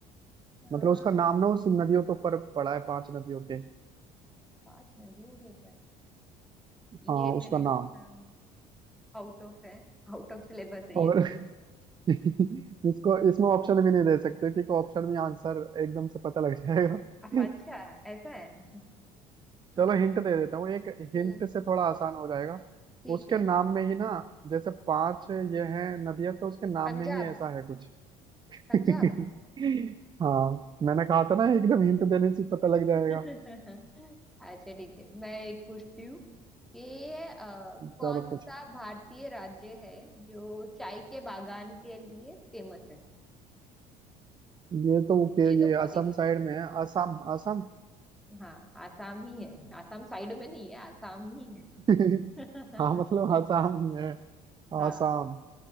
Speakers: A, in the centre; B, on the right.
A: हाँ
B: मतलब उसका नाम ना उस नदियों के ऊपर पड़ा है पांच नदियों के
A: पांच नदियों के ऊपर
B: हाँ
A: ये मैंने
B: उसका नाम
A: थोड़ा आउट ऑफ है आउट ऑफ सिलेबस है
B: और
A: ये थोड़ा
B: <laughs> इसको इसमें ऑप्शन भी नहीं दे सकते क्योंकि ऑप्शन में आंसर एकदम से पता लग जाएगा
A: अच्छा
B: <laughs>
A: ऐसा है अ,
B: चलो हिंट दे देता हूँ एक
A: हम्म
B: हिंट से थोड़ा आसान हो जाएगा
A: ठीक
B: उसके
A: है
B: नाम में ही ना जैसे पांच ये हैं नदियां तो उसके नाम
A: पंजाब
B: में ही ऐसा है कुछ <laughs>
A: पंजाब
B: हाँ मैंने कहा था ना एकदम हिंट देने से पता लग जाएगा
A: <laughs> अच्छा ठीक है मैं एक पूछती हूँ कि अ, कौन
B: चलो पूछ
A: सा भारतीय राज्य है जो चाय के बागान के लिए फेमस है
B: ये तो के
A: ये तो
B: ये
A: बहुत
B: असम
A: इजी
B: साइड
A: है
B: में है असम असम
A: हाँ आसाम ही है आसाम साइड में नहीं है आसाम ही
B: <laughs>
A: है
B: हाँ मतलब
A: <laughs>
B: असम ही है
A: हाँ
B: असम